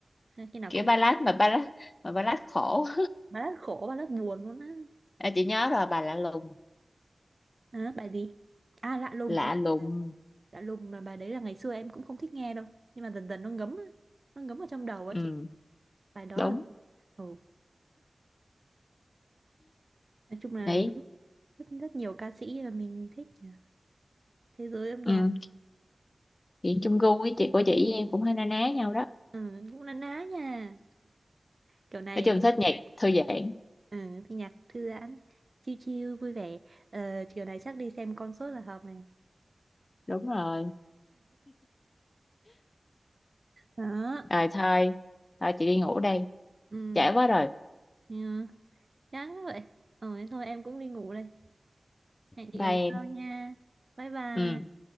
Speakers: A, on the right; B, on the left.
A: Nên khi nào
B: kiểu
A: cũng
B: ballad
A: thuộc
B: mà ballad mà ballad khổ
A: ballad khổ ballad buồn luôn á
B: à, chị nhớ rồi bài lạ lùng
A: à, bài gì à lạ lùng
B: lạ
A: ừ
B: lùng
A: lạ lùng mà bài đấy là ngày xưa em cũng không thích nghe đâu nhưng mà dần dần nó ngấm á, nó ngấm vào trong đầu á
B: ừ
A: chị bài đó
B: đúng
A: là ừ. nói chung là
B: đấy
A: rất rất nhiều ca sĩ là mình thích nhỉ thế giới âm nhạc
B: ừ chị chung gu với chị của chị em cũng hay na ná nhau đó
A: ừ, cũng na ná nha kiểu này
B: nói chung thích nhạc thư giãn
A: Ừ, thì nhạc thư giãn, chill chill, vui vẻ. Ờ, chiều này chắc đi xem concert là hợp này.
B: đúng rồi
A: Đó,
B: rồi thôi thôi chị đi ngủ đây
A: ừ,
B: trễ quá rồi
A: yeah. Chán quá vậy. Ừ, thế thôi em cũng đi ngủ đây. Hẹn chị
B: bye
A: lần
B: em
A: sau nha. Bye bye.
B: ừ